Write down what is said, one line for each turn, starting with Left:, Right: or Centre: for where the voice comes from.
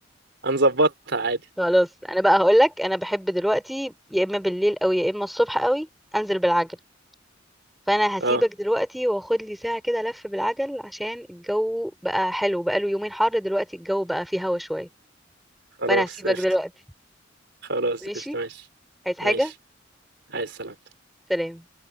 Right: هنظبطها عادي
Centre: خلاص انا بقى هقول لك انا بحب دلوقتي يا اما بالليل او يا اما الصبح قوي انزل بالعجل فانا هسيبك
Right: أه
Centre: دلوقتي واخد لي ساعة كده لف بالعجل عشان الجو بقى حلو بقى له يومين حر دلوقتي الجو بقى فيه هوا شوية
Right: خلاص
Centre: فانا هسيبك
Right: قشطة
Centre: دلوقتي
Right: خلاص
Centre: ماشي
Right: قشطة ماشي
Centre: عايز حاجة
Right: ماشي عايز سلام
Centre: سلام